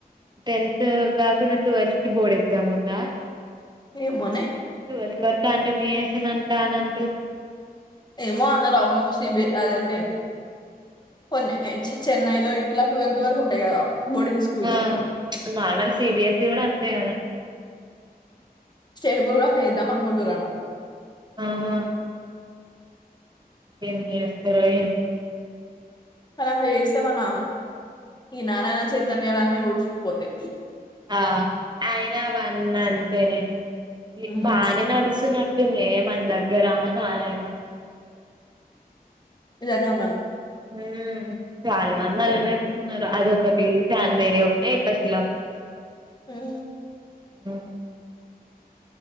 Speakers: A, on the right; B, on the left.
A: టెన్త్ కాకుడా ట్వెల్త్ కి బోర్డ్ ఎగ్జామ్ ఉందా
B: ఏ మనే
A: ట్వల్త్ వరకు అంటన్యూ చేసను అంటా అని అంటు
B: ఏమో అన్న రావును సిబి అదంటే కొన్ని చెన్నైలో ట్లాట్వల్త్ వకు ఉంటాదా మోడంగ్ స్కూల్
A: ఆ
B: చ
A: నార్మల్ సిబిఎస్ఈ కూడా అంతే కదా
B: స్టేజ బోడు కూడా కూడా నరుద్దా మనుకొంట వరం
A: ఆహా ఏ న వస్త రయ
B: అలాగ వేస్తే మనం ఈ నారాయణ చైతన్యాలన్నీ ఊడ్చిపోతే
A: ఆ అయనా వన్న అంతేనే
B: మ్మ్
A: బానే నడుచు న ఉంటుంది మన దగ్గరా ననయనా
B: ఇది అన్ననా
A: మ్మ్ చాలా మంది అలానే అది ఒకటి ఏసి అన్ మెరి ఒకటి కషిలా ఒకటి
B: మ్మ్
A: అవున